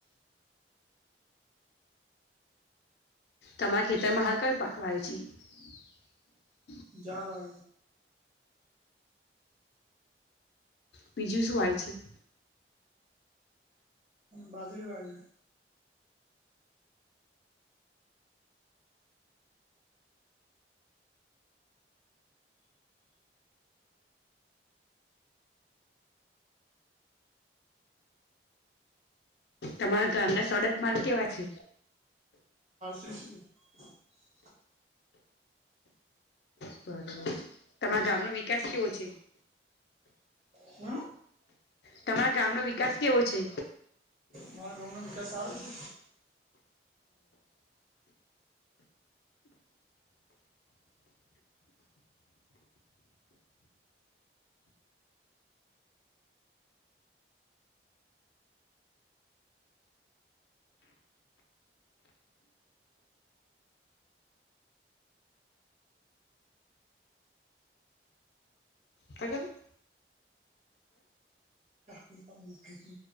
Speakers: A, on the left; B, on the right.
A: તમારા ખેતરમાં હાલ કયો પાકવા વાવ્યો છે
B: જાર આ
A: બીજું શું હોય છે
B: બાજરી વાવીએ
A: તમારા ગામના સડક માર્ગ કેવા છે
B: પષ <inaudible>
A: બરોબર તમારા ગામ નો વિકાસ કેવો છે
B: હમ
A: તમારા ગામ નો વિકાસ કેવો છે
B: મારા ગામ નો વિકાસ સારો છે
A: બરોબર
B: એ પણ મુખ્ય તએ